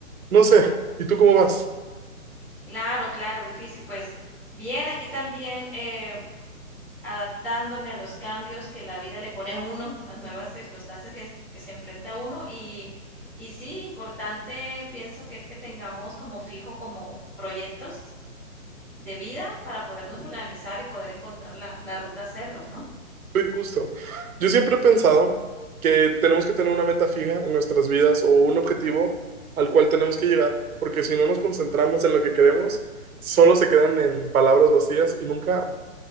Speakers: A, on the right; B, in the centre.
A: no sé, ¿y tú cómo vas?
B: Claro, claro, difícil. Pues bien, aquí también eh, Adaptándome a los cambios que la vida le pone a uno, las nuevas circunstancias que que se enfrenta a uno y y sí, importante pienso que es que tengamos como fijo, como proyectos de vida para podernos organizar y poder encontrar la la ruta a hacerlos, ¿no?
A: Sí, justo. Yo siempre he pensado que tenemos que tener una meta fija en nuestras vidas o un objetivo al cual tenemos que llegar, porque si no nos concentramos en lo que queremos, solo se quedan en palabras vacías y nunca